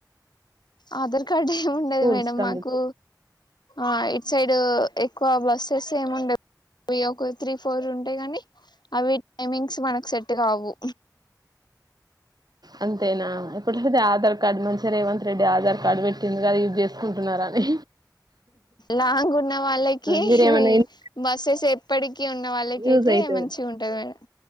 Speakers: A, on the left; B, on the right.
A: ఆధార్ కార్డు ఏముండదు
B: స్కూల్స్
A: మేడం
B: కంప్యూటర్
A: మాకు ఆ ఇటు సైడ్ ఎక్కువ బస్సెస్ ఏం ఉండవు ఒక త్రీ ఫోర్ ఉంటాయి. కానీ అవి టైమింగ్స్ మనకు సెట్ కావు
B: అంతేనా ఇప్పడు ఐతే ఆధార్ కార్డ్ మంచిగా రేవంత్ రెడ్డి ఆధార్ కార్డు పెట్టిండు కదా యూజ్ చేసుకుంటున్నారని
A: లాంగ్ ఉన్న వాళ్ళకి
B: మీరేమన్నా ఇన్-
A: బస్సెస్ ఎప్పటికి ఉన్న వాళ్ళకి
B: యూజ్
A: అయితే
B: అయితది
A: మంచి ఉంటది మేడం